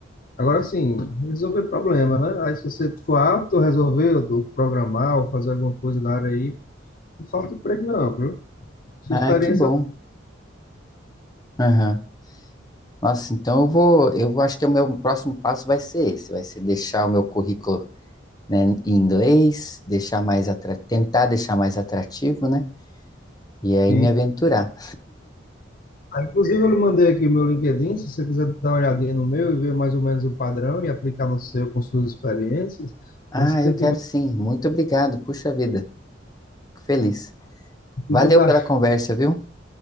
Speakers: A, on the left (about 45°); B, on the left (about 20°).
A: Agora sim, resolver problema, né? Aí se você for apto a resolver, ou programar, ou fazer alguma coisa na área aí, não falta emprego não, viu? Sua
B: Ah,
A: experiência
B: que bom. Aham. Nossa, então eu vou, eu vou- acho que o meu próximo passo vai ser esse, vai ser deixar o meu currículo né, em inglês, deixar mais atra- tentar deixar mais atrativo, né? E aí
A: e
B: me aventurar.
A: ah, inclusive eu lhe mandei aqui o meu LinkedIn, se você quiser dar uma olhadinha no meu e ver mais ou menos o padrão e aplicar no seu com suas experiências,
B: Ah,
A: recentemente
B: eu quero sim. Muito obrigado. Puxa vida. Fico feliz. Valeu
A: fiz uns achos.
B: pela conversa, viu?